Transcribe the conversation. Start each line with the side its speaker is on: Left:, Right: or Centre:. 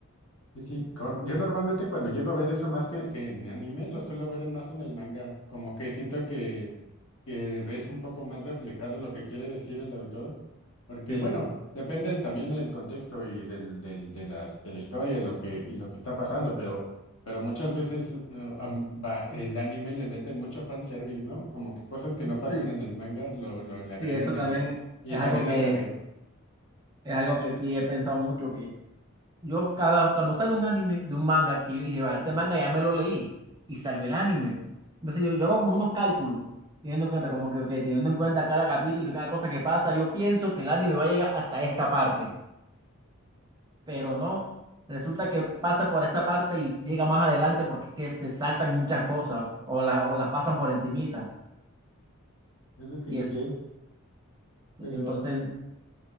Left: Y sí, cor- yo normalmente cuando llego a ver eso más que, que en anime, lo suelo ver en- más en el manga, como que siento que, que ves un poco más reflejado lo que quiere decir el autor, porque
Right: Sí,
Left: bueno, depende también del contexto y del, del, de la, de la historia y lo que, y lo que está pasando, pero, pero muchas veces eh, am- va- el anime le meten mucho fanservice, ¿no? Como que cosas que no
Right: sí,
Left: pasan en el manga lo, lo le
Right: sí,
Left: agregan
Right: eso
Left: de
Right: también
Left: más, y
Right: es
Left: también
Right: algo que,
Left: al revés,
Right: es algo que sí he pensado mucho, Yo cada, cuando sale un anime de un manga que yo dije, vale, este manga ya me lo leí y salió el anime. Entonces yo, yo hago como unos cálculos, teniendo en cuenta, como que, que teniendo en cuenta cada capítulo y cada cosa que pasa, yo pienso que el anime va a llegar hasta esta parte, pero no. Resulta que pasa por esa parte y llega más adelante porque es que se saltan muchas cosas o, la, o las pasan por encimita.
Left: es de que
Right: Y
Left: ni
Right: es,
Left: qué, pero...
Right: entonces,